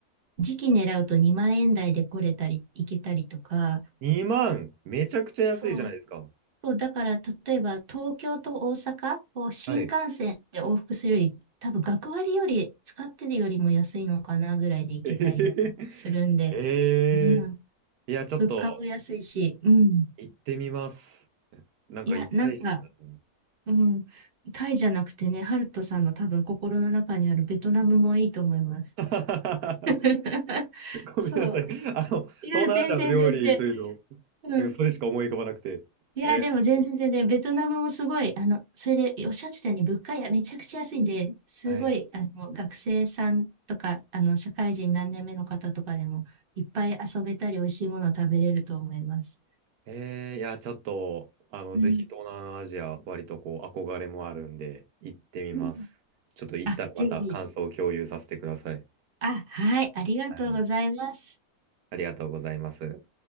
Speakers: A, on the right; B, on the right.
A: 時期狙うと2万円台で来れたり、行けたりとか、
B: 2万、めちゃくちゃ安いじゃないですか。
A: そうそう、だから、例えば、東京と大阪を新幹線で往復するより、
B: はい。
A: 多分、学割より、使ってるよりも安いのかなぐらいで行けたりするんで、
B: えー、えー
A: うん、
B: いや、ちょっと
A: 物価も安いし、うん。
B: 行ってみます。なんか行きたいですね。
A: いや、なんか、うん、タイじゃなくてね、ハルトさんの多分、心の中にあるベトナムもいいと思います。
B: <laughs>
A: <laughs>
B: ごめんなさい。
A: そう。
B: あの、東南アジアの料理というと、
A: いや、全然全然。うん
B: なんかそれしか思い浮かばなくて。
A: いや、
B: えー
A: でも全然全然、ベトナムもすごい、あの、それでおっしゃってたように物価やめちゃくちゃ安いんで、すごい、
B: はい。
A: あの、学生さんとか、あの、社会人何年目の方とかでも、いっぱい遊べたり、美味しいもの食べれると思います。
B: えー、いや、ちょっと、あの、
A: うん。
B: ぜひ東南アジア、割とこう、憧れもあるんで、行ってみます。
A: うん
B: ちょっと行ったらまた感想を共有させてください。
A: あ、ぜひ。あ、はい、ありがとうございます。
B: はい。ありがとうございます。